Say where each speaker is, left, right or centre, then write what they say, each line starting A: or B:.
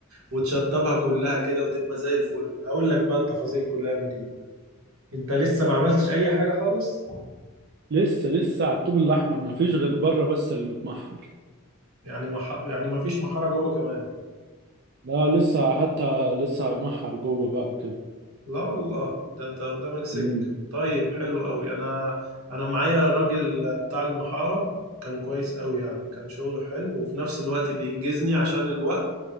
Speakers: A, on the right; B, on the right.
A: وتشطبها كلها كده وتبقى زي الفل هقول لك بقى التفاصيل كلها يا مدير انت لسه ما عملتش اي حاجة خالص
B: لسه لسه على الطوب الاحمر مفيش غير بره بس اللي متمحر
A: يعني ما ح... يعني ما فيش محارة جوه كمان
B: لا لسه حتى لسه هيمحر جوه بقى
A: لا والله ده انت قدامك سك
B: وكده
A: طيب حلو قوي انا انا معايا راجل بتاع المحارة كان كويس قوي يعني كان شغله حلو وفي نفس الوقت بينجزني عشان الوقت